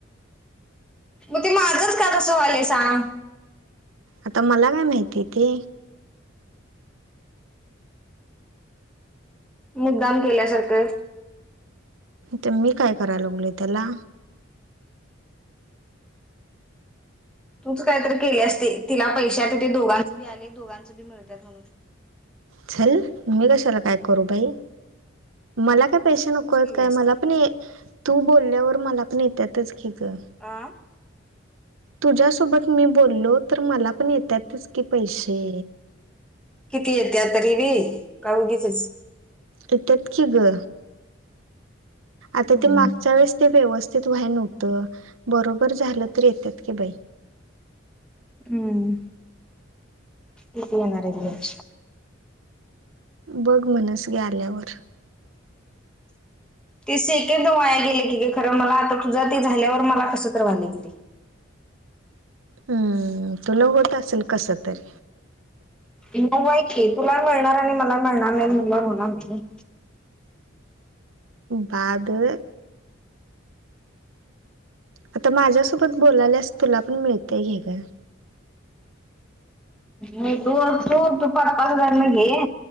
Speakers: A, in the centre; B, on the right.
A: मग ते माझंच का तसं वालंय सांग?
B: आता मला काय माहिती ते.
A: मुद्दाम केल्यासारखं.
B: तर मी काय करायला लागलो त्याला.?
A: तूच कायतरी केल्यास ते.,, तिला पैशा तिथे दोघांच बी आलय, दोघांच बी मिळतात म्हणूनऽ
B: चल,, मी कशाला काय करू बाई? मला काय पैसे
A: तूच
B: नको आहेत
A: केली
B: काय?
A: असती
B: मला पण तू बोलल्यावर मला पण येतातच की गं,,
A: आं,
B: तुझ्यासोबत मी बोललो तर मला पण येतातच की पैसे.
A: किती येत आता तरीिवी,, का उगीचच.
B: एत्यात कि ग,, आता
A: हम्म
B: ते मागच्या वेळेस ते व्यवस्थितऽ त व्हाय नव्हतं,, बरोबर झालं तर येतात की बाई.
A: हम्म,, की ती येणारत?
B: बघ म्हणस गे आल्यावर. स
A: ते सेकंद वाया गेले की का खरं मला आता तुझा ते झाल्यावर मला कस तर झाले कि तेऽ
B: हम्म,, तुला होत असेल कस तरी.
A: न बाईक तुला मिळणार, आणि मला मिळणार नाही मनल्यावर होणार की.
B: बादऽ आता माझ्यासोबत बोलायल्यास तुला पण मिळतय घे गं.
A: नाही, तू तू तू पाच पाच हजार न घेऽ